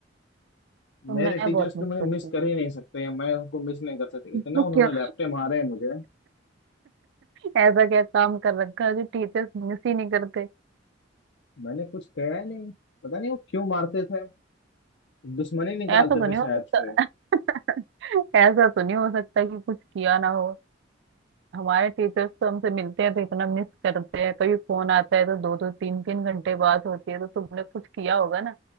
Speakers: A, on the right (about 65°); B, on the left (about 65°).
A: तो
B: मेरे
A: मैं
B: टीचर्स
A: बहुत मिस
B: तो मुझे
A: करती
B: मिस कर ही नहीं सकते या मैं उनको मिस नहीं कर सकती इतना
A: हूँ <laughs>
B: उन्होंने लैपटे मारे हैं मुझे
A: ऐसा क्या काम कर रखा है जो टीचर्स मिस ही नहीं करते
B: मैंने कुछ कहा ही नहीं पता नहीं वो क्यों मारते थे दुश्मनी निकालते
A: ऐसा तो नहीं
B: थे
A: हो
B: शायद
A: सकता
B: से
A: <laughs> ऐसा तो नहीं हो सकता कि कुछ किया ना हो हमारे टीचर्स तो हमसे मिलते हैं तो इतना मिस करते हैं कभी फोन आता है तो दो दो तीन तीन घंटे बात होती है तो तुमने कुछ किया होगा ना